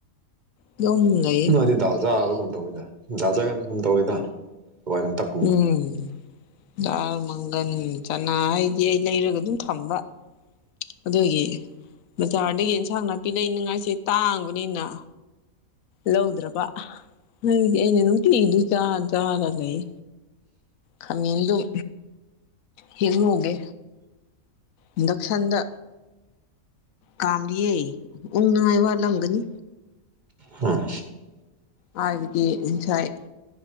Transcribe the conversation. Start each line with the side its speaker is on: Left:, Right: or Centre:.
Left: ꯑꯗꯨꯝ ꯂꯩꯌꯦ
Right: ꯅꯣꯏꯗꯤ ꯗꯥꯜ ꯆꯥꯕꯒꯨꯝ ꯇꯧꯋꯤꯗ ꯗꯥꯜ ꯆꯥꯒꯟꯕꯒꯨꯝ ꯇꯧꯋꯤꯗ <unintelligible>
Left: ꯎꯝ ꯗꯥꯜ ꯃꯪꯒꯟ ꯆꯅꯥ ꯍꯥꯏꯗꯤ ꯑꯩ ꯂꯩꯔꯒ ꯑꯗꯨꯝ ꯊꯝꯕ ꯑꯗꯨꯒꯤ ꯕꯖꯥꯔꯗꯒꯤ ꯏꯟꯁꯥꯡ ꯅꯥꯄꯤ ꯂꯩꯅꯤꯡꯉꯥꯏꯁꯦ ꯇꯥꯡꯕꯅꯤꯅ ꯂꯧꯗ꯭ꯔꯕ ꯅꯪꯗꯤ ꯑꯩꯅ ꯅꯨꯡꯇꯤꯒꯤꯗꯨ ꯆꯥꯔ ꯆꯥꯒ ꯂꯩ ꯈꯃꯦꯟꯗꯨꯝ ꯍꯦꯛꯍꯧꯒꯦ ꯏꯟꯗꯛꯁꯟꯗ ꯀꯥꯝꯂꯤꯌꯦ ꯎ ꯅꯨꯡꯉꯥꯏ ꯋꯥꯠꯂꯝꯒꯅꯤ
Right: ꯍꯥꯥ
Left: ꯍꯥꯏꯕꯗꯤ ꯉꯁꯥꯏ